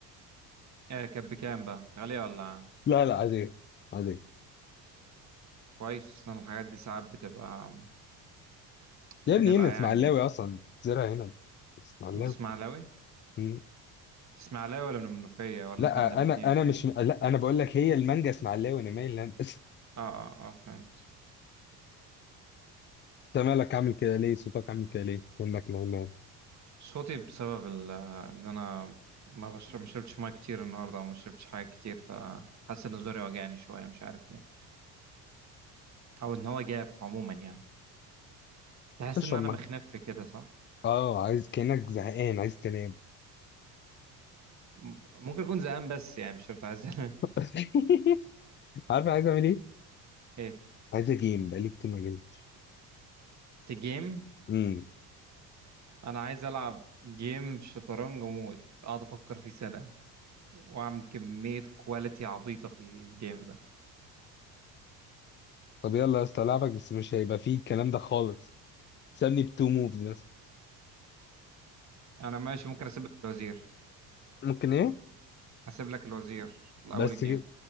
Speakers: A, on the right (about 35°); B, on the left (about 25°).
A: إيه، كانت بكام بقى غالية ولا
B: لا لا عادية عادية
A: كويس أنا الحاجات دي ساعات بتبقى بتبقى
B: يا ابني هنا اسماعيلاوي
A: يعني
B: أصلا زرع هنا اسماعيلاوي
A: انت اسماعيلاوي
B: مم.
A: انت اسماعيلاوي ولا من المنوفية ولا
B: لا
A: انت من الاتنين
B: أنا أنا مش لا أنا بقول لك هي المانجا اسماعيلاوي أنا مايل لها. <laughs> بس
A: اه اه اه فهمت
B: أنت مالك عامل كده ليه صوتك عامل كده ليه إنك نايمان
A: صوتي بسبب ال- ان انا ما بشرب ما شربتش ميه كتير النهارده وما شربتش حاجه كتير فحاسس ان زوري وجعني شويه مش عارف ليه او ان هو جاف عموما يعني تحس
B: اشرب
A: ان انا
B: ميه
A: مخنف كده صح
B: أه عايز كأنك زهقان عايز تنام
A: م- ممكن اكون زهقان بس يعني مش شرط عايز انام
B: <laughs> عارف أنا عايز أعمل إيه؟
A: <laughs> ايه
B: عايز أجيم بقالي كتير ما جيمتش
A: في جيم
B: امم
A: انا عايز العب جيم شطرنج موت اقعد افكر فيه سنه واعمل كميه كواليتي عبيطه في الجيم ده
B: طب يلا يا اسطى ألعبك
A: كو-
B: بس مش هيبقى فيه الكلام ده خالص سابني بتو موفز بس
A: انا ماشي ممكن اسيب لك الوزير
B: ممكن إيه؟
A: اسيب لك الوزير في الاول
B: بس
A: الجيم